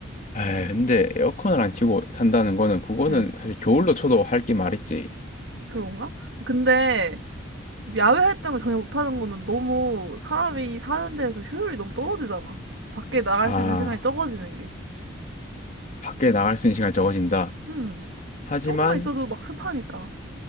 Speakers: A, on the left (about 40°); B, on the right (about 65°).
A: 에이, 근데 에어컨을 안 켜고 산다는 거는 그거는
B: 응.
A: 사실 겨울로 쳐도 할 게 말이지.
B: 그런가? 근데 야외 활동을 전혀 못하는 거는 너무 사람이 사는 데에서 효율이 너무 떨어지잖아. 밖에 나갈
A: 아,
B: 수 있는 시간이 적어지는 게.
A: 밖에 나갈 수 있는 시간이 적어진다.
B: 응.
A: 하지만
B: 조금만 있어도 막 습하니까.